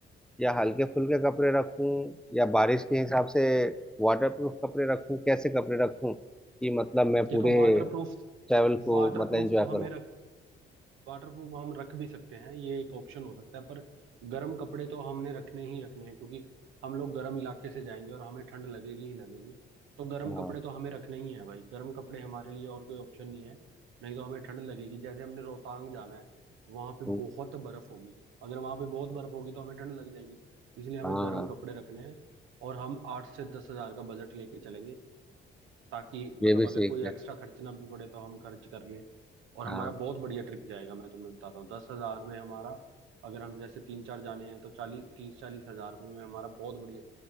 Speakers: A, in the centre; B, on the right.
A: या हल्के फुल्के कपड़े रखूं या बारिश के हिसाब से वाटरप्रूफ कपड़े रखूं कैसे कपड़े रखूं कि मतलब मैं पूरे
B: देखो वाटर प्रूफ
A: ट्रैवल को
B: वाटर
A: मतलब
B: प्रूफ
A: एंजॉय
B: तो
A: करूं
B: हमें रख वाटर प्रूफ हम रख भी सकते हैं ये एक ऑप्शन हो सकता है पर गर्म कपड़े तो हमने रखने ही रखने हैं क्योंकि हम लोग गर्म इलाके से जाएंगे और हमें ठंड लगेगी ही लगेगी तो गर्म
A: हाँ
B: कपड़े तो हमें रखने ही है भाई गर्म कपड़े हमारे लिए और कोई ऑप्शन नहीं है नहीं तो हमें ठंड लगेगी जैसे हमने रोहतांग जाना है वहां पे
A: तो-
B: बहुत बर्फ होगी अगर वहां पे बहुत बर्फ होगी तो हमें ठंड लग जाएगी इसलिए हमें
A: हाँ
B: गर्म कपड़े रखने हैं और हम आठ से दस हजार का बजट लेके चलेंगे ताकि
A: ये
B: मतलब
A: भी
B: अगर
A: सीख
B: कोई
A: है
B: एक्स्ट्रा खर्चना भी पड़े तो हम खर्च कर लें और हमारा
A: हाँ
B: बहुत बढ़िया ट्रिप जाएगा मैं तुम्हें बताता हूँ दस हजार में हमारा अगर हम जैसे तीन चार जाने हैं तो चालीस तीस चालीस हजार रुपये में हमारा बहुत बढ़िया